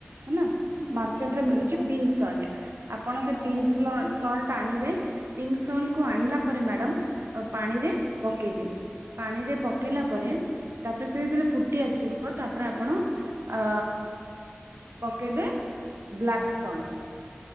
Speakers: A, on the right; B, on the left.
A: ହେଲା
B: ହୁଁ
A: ମାର୍କେଟ୍
B: ପିଙ୍କ
A: ରେ
B: ସଲ୍ଟ
A: ମିଳୁଛି
B: ଓକେ
A: ପିଙ୍କ୍ ସଲ୍ଟ ଆପଣ ସେ
B: ଆଜ୍ଞା
A: ପିଙ୍କ୍ ସ୍ଲ ସଲ୍ଟ ଆଣିବେ ପିଙ୍କ୍ ସଲ୍ଟ କୁ
B: ଆଜ୍ଞା
A: ଆଣିଲା ପରେ ମ୍ୟାଡାମ୍ ପାଣିରେ ପକେଇବେ। ପାଣିରେ ପକେଇଲା
B: ହୁଁ
A: ପରେ ତାପରେ ସେ ଯେତେଳେ ଫୁଟି ଆସିବ ତାପରେ ଆପଣ ଅ ପକେଇବେ ବ୍ଲାକ୍ ସଲ୍ଟ।